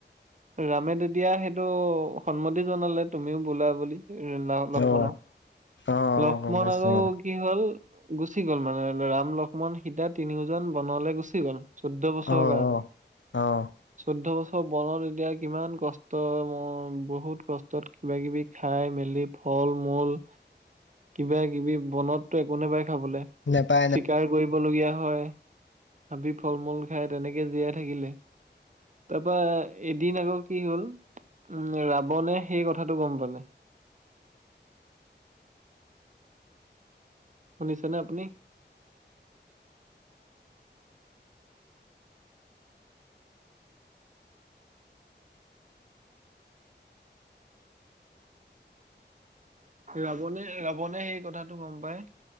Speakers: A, on the right; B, on the left.
A: ৰামে তেতিয়া সেইটো সন্মতি জনালে তুমিও বোলা বুলি লক্ষ্মণ
B: অ অ অ
A: লক্ষ্মণ
B: গম পাইছো
A: আৰু
B: অ
A: কি হ'ল গুচি গ'ল মানে ৰাম লক্ষ্মণ সিতা তিনিওজন বনলৈ গুচি গ'ল চৈধ্য বছৰ
B: অ অ
A: কাৰনে
B: অ'
A: চৈধ্যয় বছৰ বনত এতিয়া কিমান কষ্ট মই বহুত কষ্টত কিব কিবি খাই মেলি ফল মূল কিবা কিবি বনত তাতে একো নাপায় খাবলে
B: নেপায় ন
A: ছিকাৰ কৰিবলগীয়া হয় হাবি ফল মূল খাই তেনেকে জীয়াই থাকিলে তাৰপৰা এদিন আকৌ কি হ'ল উম ৰাৱণে সেই কথাটো গম পালে শুনিছেনে আপনি ৰাৱণে ৰাৱণে সেই কথাটো গম পায়